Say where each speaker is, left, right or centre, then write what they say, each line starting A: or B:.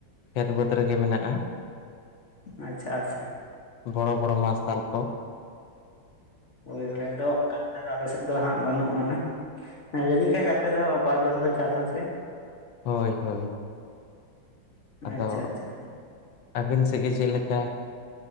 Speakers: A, on the left; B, on the left.
A: ᱠᱷᱮᱛ ᱵᱟᱹᱫᱽ ᱨᱮᱜᱮ ᱢᱮᱱᱟᱜᱼᱟ
B: ᱟᱪᱪᱷᱟ ᱟᱪᱪᱷᱟ
A: ᱵᱚᱲᱚ ᱵᱚᱲᱚ ᱢᱟᱨᱥᱟᱞ ᱠᱚ
B: ᱦᱳᱭ ᱦᱳᱭ ᱟᱫᱚ ᱚᱱᱠᱟ ᱞᱮᱠᱟ ᱫᱚ ᱟᱞᱮ ᱥᱮᱫ ᱫᱚ ᱦᱟᱸᱜ ᱵᱟᱹᱱᱩᱜᱼᱟ ᱦᱟᱸᱜ ᱦᱮᱸ ᱡᱟᱹᱱᱤ ᱠᱷᱟᱱᱡ ᱫᱚ ᱟᱯᱮ ᱫᱚ ᱵᱟᱨ ᱫᱷᱚᱯᱟ ᱯᱮ ᱪᱟᱥ ᱟ ᱥᱮ
A: ᱦᱳᱭ ᱦᱳᱭ ᱟᱫᱚ
B: ᱟᱪᱪᱷᱟ ᱟᱪᱪᱷᱟ
A: ᱟᱹᱵᱤᱱ ᱥᱮᱫ ᱜᱮ ᱪᱮᱫ ᱞᱮᱠᱟ